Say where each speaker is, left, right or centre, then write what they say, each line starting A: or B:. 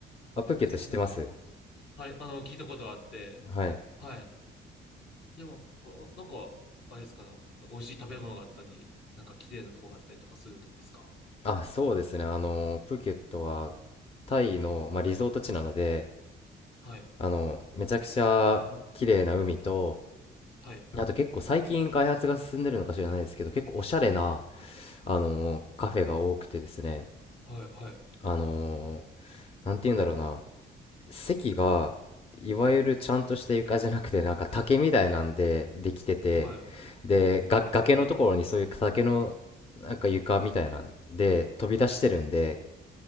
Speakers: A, on the left; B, on the left.
A: あ、プーケット知ってます
B: そうなんだ。はい、あの、聞いたことはあって、
A: はい。
B: はい。でも、あなんか、あれですかね、美味しい食べ物があったり、なんか綺麗なとこがあったりとかするんですか
A: あ、そうですね。あの、プーケットはタイの、まあ、リゾート地なので、
B: はい、
A: あの、めちゃくちゃ綺麗な海と、
B: はい、
A: あと結構最近開発が進んでるのか知らないですけど、結構おしゃれな、あの、カフェが多くてですね、
B: はい、はい、
A: あの、なんて言うんだろうな。席がいわゆるちゃんとした床じゃなくてなんか竹みたいなんでできてて
B: はい、はい、
A: でが崖のところにそういう竹のなんか床みたいなんで飛び出してるんで
B: うん、うん